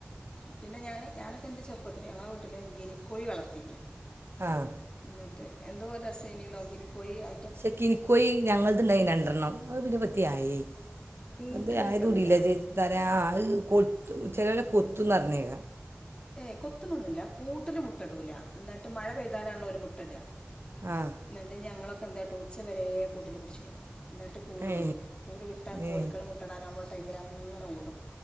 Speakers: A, on the left; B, on the right.
A: പിന്നെ ഞാന് ഞാനൊക്കെ ൻ്റെ ചെറുപ്പത്തിലെ ഞങ്ങളെ വീട്ടില് ഗിനി ക്കോഴി വളർത്തിന്
B: ആഹ്
A: ന്നിട്ട് എന്തോ രസേനി നോക്കി കോഴിയാ
B: ശെ കിനിക്കോയി ഞങ്ങള്ത്ണ്ടായി രണ്ടെണ്ണം അത് പിന്നെ വെർതെയായി
A: കൂട്ടിൽ
B: അതെ ആയതൂടില്ല
A: മുട്ടടൂല
B: <unintelligible> കൊത്തു ചിലവരെ കൊത്തുന്ന് പറഞ്ഞേക്ക
A: ഏഹ് കൊത്തുണൊന്നുല്ല കൂട്ടില്മുട്ട ഇടൂല ന്നിട്ട് മഴ പെയ്താലാണല്ലോ ഓര് മുട്ടഇട
B: ആഹ്
A: ന്നിട്ട് ഞങ്ങളൊക്കെ എന്ത്‌ കാട്ടു ഉച്ചവരേ കൂട്ടില് പിടിച്ചിടും ന്നിട്ട് കൂടു
B: ഏ
A: വിടും കൂടു വിട്ടാ കോഴിക്കള
B: ഏ
A: മുട്ടടാനാവുന്ന ടൈമില് അങ്ങനെ ഓടും